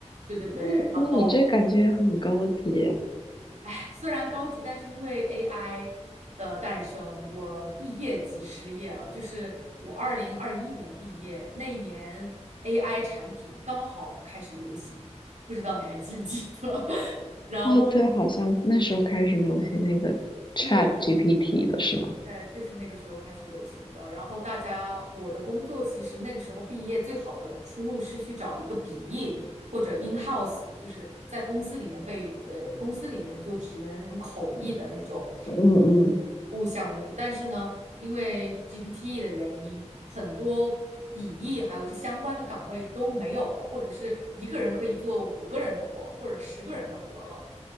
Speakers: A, on the right; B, on the left.
A: 对对对，
B: 那那你这感觉也很高级。
A: 然后。哎，虽然高级，但是因为 AI 的诞生，我毕业即失业了。就是我二零二一年毕业那一年，AI 产品刚好开始流行，不知道你还记不记得？<laughs> 然后
B: 哦，对，好像那时候开始流行那个 Chat
A: 对，
B: GPT 的是吗？
A: 哎，就是那个时候开始流行的。然后大家，我的工作其实那个时候毕业最好的出路是去找一个笔译或者 in house，就是在公司里面被呃公司里面做职员的那种口译的那种。
B: 嗯嗯，
A: 物象的那种。但是呢，因为 GPT 的原因，很多笔译还有这相关的岗位都没有了，或者是一个人可以做五个人的活或者十个人的活了，